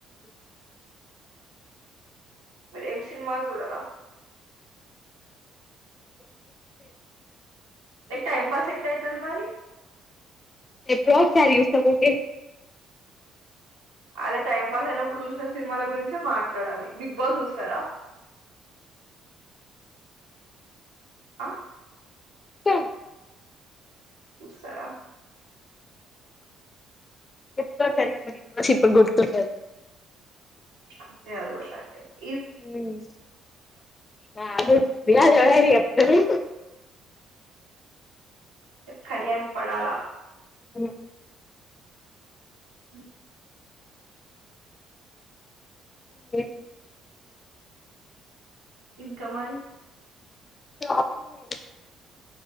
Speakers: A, on the right; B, on the left.
A: మరి ఏం సినిమాలు చూడరా లక్ టైమ్ పాస్ ఎట్లా అవుతుది మరి
B: ప్రోచార్యయుస్త కే
A: అదే టైం పాస్ అయినప్పుడు చూసిన సినిమాల గురించే మాట్లాడాలి బిగ్ బాస్ చూస్తారా ఆ
B: స
A: ఉసారా
B: ఎప్పుడు సర ఇప్పుడు గుర్తుండదు
A: అంతే అదు కూడా కరెక్ట్ ఏ
B: ఉమ్ నాకొస్తుంది అది ఎవరైనా చెప్తారు
A: కళ్యాణ్ పడాలా
B: అ
A: హ
B: పి
A: ఇంకా మరి
B: షాపింగ్